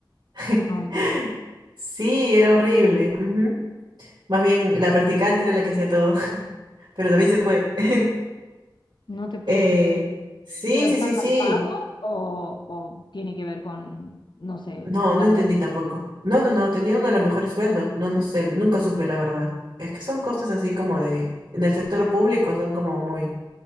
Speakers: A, on the right (about 60°); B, on the left (about 65°).
A: <laughs>
B: Ay, no,
A: Sí, era horrible. ujú. Más bien, la practicante era la que hacía todo, <laughs> pero también se fue. <laughs>
B: no te puedo
A: Eh,
B: creer.
A: sí,
B: ¿Y ¿Pero están
A: sí, sí, sí.
B: mal pagos o, o tiene que ver con, no sé,
A: No,
B: el
A: no
B: amor?
A: entendí
B: a la-
A: tampoco. No, no, no, tenía uno de los mejores sueldos. No, no sé, nunca supe la verdad. Es que son cosas así como de, en el sector público son como muy,